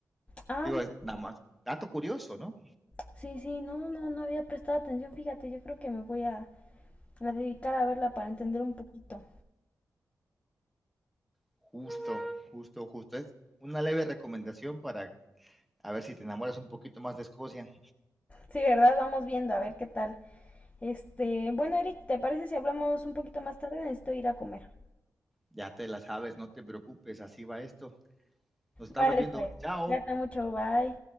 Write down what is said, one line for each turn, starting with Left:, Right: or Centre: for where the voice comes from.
Left: Ah,
Centre: Digo, es
Left: no,
Centre: nada más, dato curioso, ¿no?
Left: sí, sí, no, no, no había prestado atención. Fíjate, yo creo que me voy a, a dedicar a verla para entender un poquito.
Centre: Justo, justo, justo. Es una leve recomendación para a ver si te enamoras un poquito más de Escocia.
Left: Sí, ¿verdad? Vamos viendo, a ver qué tal. Este, bueno, Eric, ¿te parece si hablamos un poquito más tarde? Necesito ir a comer.
Centre: Ya te la sabes, no te preocupes, así va esto. Nos estamos
Left: Vale,
Centre: viendo.
Left: pues.
Centre: Chao.
Left: Cuídate mucho, bye.